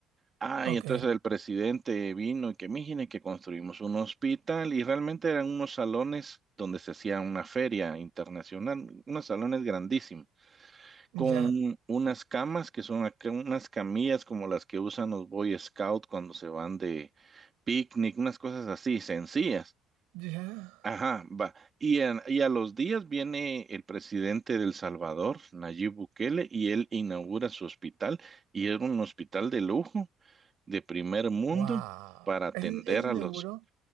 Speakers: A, on the right; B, on the right.
A: Ah,
B: Ok,
A: y entonces el presidente vino y que miren que construimos un hospital y realmente eran unos salones donde se hacía una feria internacional, unos salones grandísimos,
B: ya,
A: con unas camas que son acá unas camillas como las que usan los Boy Scouts cuando se van de picnic, unas cosas así sencillas.
B: ya.
A: Ajá, va. Y, en- y a los días viene el presidente de El Salvador, Nayib Bukele, y él inaugura su hospital, y es un hospital de lujo, de primer mundo,
B: Wow.
A: para atender
B: ¿Él, él inauguró,
A: a los...